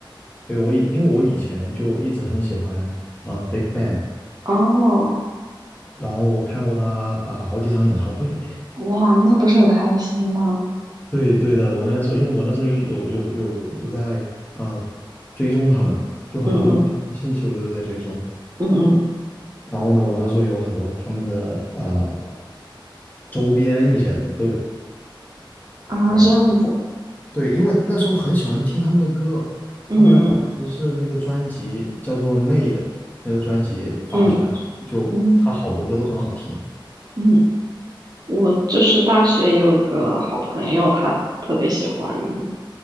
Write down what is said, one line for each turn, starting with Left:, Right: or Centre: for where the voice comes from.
Left: 对，我以，因为我以前就一直很喜欢啊 Big Bang，
Right: 哦，
Left: 然后我看过他啊、好几场演唱会。
Right: 哇，那不是很开心吗？
Left: 对对的，我那个时候，因为我那时候一有有有有在啊、呃追踪他们，就很多他们相关的信息我都有在追踪。
Right: 嗯嗯嗯嗯，
Left: 然后呢，我那时候有很多他们的呃周边一些的都有
Right: 啊，
Left: 买过。
Right: 这样子，
Left: 对，因为那时候很喜欢听他们的歌，
Right: 嗯嗯
Left: 他们当时是那个专辑叫做《Made》，那个专辑发出来的时候，
Right: 嗯
Left: 就他好多歌都很好听，
Right: 嗯嗯。我就是大学有一个好朋友，他特别喜欢，